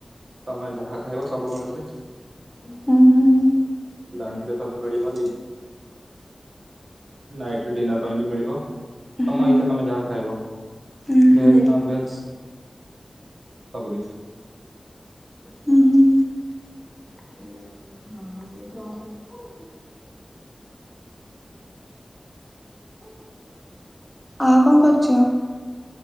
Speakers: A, on the right; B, in the centre.
A: ତମେ ଯାହା ଖାଇବ ସବୁ ମିଳୁଚି?
B: ହୁଁ ହୁଁ
A: <unintelligible> ସବୁ ମିଳିବ ନାଇଟ ଡିନର ପାଇଁ ବି ମିଳିବ। ତମ
B: ହୁଁ
A: ଇଚଛା ତମେ ଯାହା ଖାଇବ
B: ହୁଁ ହୁଁ।
A: ଭେଜ ନନ ଭେଜ ସବୁ କିଛି।
B: ହୁଁ ହୁଁ
A: <inaudible>
B: <unintelligible> <inaudible> ଆଉ କଣ କରୁଛ?